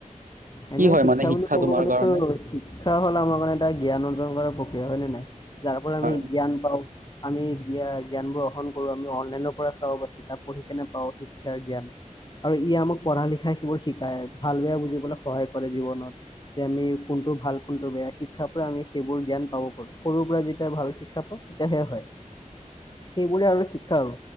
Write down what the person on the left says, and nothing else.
এনেই
শিক্ষা
বুলি ক'ব
গলেতো
শিক্ষা হ'ল আমাৰ কাৰণে এটা জ্ঞান অৰ্জন কৰাৰ প্ৰক্ৰিয়া হয় নে নাই। যাৰ পৰা
আমি জ্ঞান পাওঁ। আমি জ্ঞা জ্ঞানবোৰ গ্ৰহণ কৰোঁ আমি অনলাইনৰ পৰা চাওঁ বা কিতাপ পঢ়ি কেনে পাওঁ শিক্ষাৰ জ্ঞান। আৰু ই আমাক পঢ়া লিখা সেইবোৰ শিকায় ভাল বেয়া বুজিবলৈ সহায় কৰে জীৱনত। যে আমি কোনটো ভাল কোনটো বেয়া শিক্ষাৰ পৰা আমি সেইবোৰ জ্ঞান পাব পাৰো সৰুৰ পৰা যেতিয়া ভাল শিক্ষা পাওঁ। তেতিয়াহে হয়
সেইবোৰে আৰু শিক্ষা আৰু